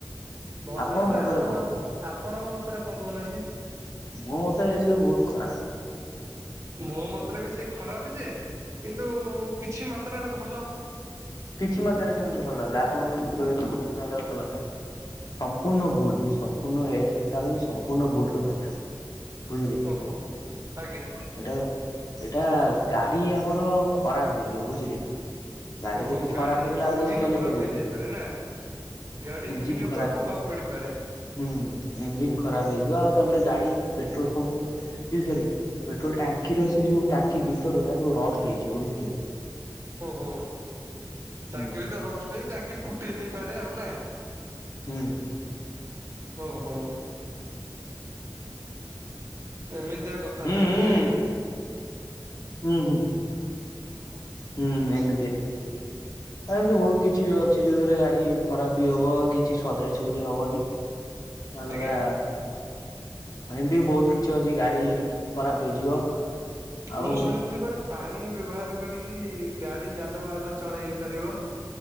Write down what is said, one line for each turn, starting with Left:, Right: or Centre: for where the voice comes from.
Right: ଭଲ
Left: ଆପଣଙ୍କ
Right: ନୁହେଁ
Left: ମତରେ
Right: ଆପଣ
Left: କଣ
Right: ଆପଣଙ୍କ ମତରେ କଣ କହୁନାହାନ୍ତି।
Left: ମୋ ମତରେ ଏସବୁ ବହୁତ ଖରାପ
Right: ମୋ ମତରେ ବି ସେଇ ଖରାପ ଯେ କିନ୍ତୁ କିଛି ମାତ୍ରାରେ ଭଲ
Left: କିଛି ମାତ୍ରାରେ କେମିତି ଭଲ ହେଲା ଆପଣ ଯେମିତି କହିବେ କଣ ଭଲ ହେଲା ସମ୍ପୂର୍ଣ୍ଣ ଭୁଲ ସମ୍ପୂର୍ଣ୍ଣ ଏ ଏଇଟା ହଉଛି ସମ୍ପୂର୍ଣ୍ଣ ଭୁଲ କଥା ବୁଝିଲେ କି
Right: ଓହୋ ଆଜ୍ଞା
Left: ଏଇଟା ଏଇଟା ଗାଡି ଆମର ଖରାପ ହେଇଯିବ ବୁଝିଲେ ଗାଡି
Right: ଓହୋ
Left: ଯଦି ଖରାପ
Right: ଗାଡି
Left: ହେଇଗଲା ଆଉ
Right: ଇଞ୍ଜିିନ୍
Left: ତାକୁ ଚଲେଇ
Right: ଖରାପ
Left: ପାରିବେ
Right: ହେଇଯାଇପାରେ
Left: କି?
Right: ନା ଗାଡି
Left: ଇଞ୍ଜିିନ
Right: ଇଞ୍ଜିିନ୍ ଉପରେ
Left: ଖରାପ
Right: ପ୍ରଭାବ ପଡିପାରେ
Left: ହୁଁ ଇଞ୍ଜିିନ୍ ଖରାପ ହେଇଯିବ ଆଉ ତାପରେ ଗାଡି ପେଟ୍ରୋଲ ପମ୍ପ ଇ ସରି ପେଟ୍ରୋଲ ଟାଙ୍କିର ସେ ଯୋଉ ଟାଙ୍କି ଭିତର ଗୁଡ଼ା ସବୁ ରଷ୍ଟ ହେଇଯିବ ବୁଝିଲେ
Right: ଓହୋ
Left: ହୁଁ
Right: ଟାଙ୍କି ଭିତରେ ରଷ୍ଟ ହେଇ ଟାଙ୍କି ଫୁଟେଇ ଦେଇପାରେ ଆଉ ନା
Left: ହୁଁ
Right: ଓ ହୋ ଏମିତିଆ କଥା
Left: ହୁଁ।
Right: ତାହେଲେ ନାଇଁ
Left: ହୁଁ ହୁଁ ହୁଁ ଏମିତିଆ ଆଉ ଏମିତି ବହୁତ କିଛି ବି ଅଛି ଯୋଉଥିରେ ଗାଡି ଖରାପ ବି ହବ କିଛି ସଜାଡ଼ି ଯୋଡ଼ି ହବନି ଆଉ ଯୋଉଟା
Right: ଆଜ୍ଞା।
Left: ଏମିତି ବହୁତ କିଛି ଅଛି ଗାଡି ଖରାପ ହେଇଯିବ ଆଉ
Right: ମୁଁ ଶୁଣିଥିଲି ଗୋଟେ ପାଣି ବ୍ୟବହାର କରିକି ଗାଡି ଯାନବାହାନ ଚଳେଇ ହେଇ ପାରିବ।